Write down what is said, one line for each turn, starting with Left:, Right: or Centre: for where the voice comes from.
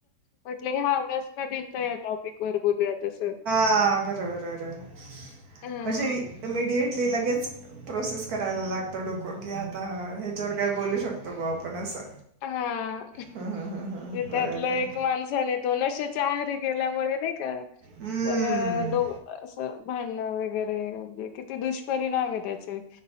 Left: म्हटले ह्या ऑगस्ट म दिन या टॉपिक वर बोलूया तसं
Right: हा बरोबर बरोबर
Left: हा
Right: इमिडिटली लगेच प्रोसेस करायला लागतो डोकं कि आता ह्याच्यावर काय बोलू शकतो ग आपण असं
Left: हा
Right: हं, हं, हं, हं. बरोबर
Left: त्यातलं
Right: बरोबर
Left: एक माणसाने दोनश चहरी केल्यामुळे नाही का
Right: हम्म.
Left: तर दो असं भांडणं वगैरे णजे किती दुष्परिणाम आहे त्याचे